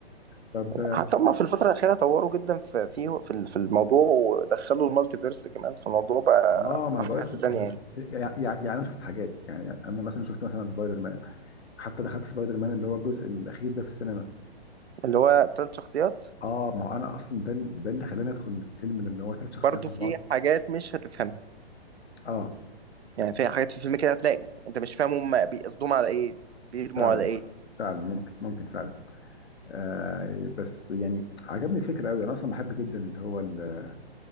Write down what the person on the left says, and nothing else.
طب
اه ما انا
بقول
لك
يعني يعني انا شفت حاجات يعني انا مثلا شفت مثلا سبايدر مان حتى دخلت سبايدر مان اللي هو الجزء الاخير ده في السينما
اه ما انا اصلا ده ال- ده اللي خلاني ادخل الفيلم اللي هو ثلاث
شخصيات مع
بعض
اه
فعلا
فعلا ممكن ممكن فعلا آه بس يعني عجبني الفكره قوي انا اصلا بحب جدا اللي هو ال-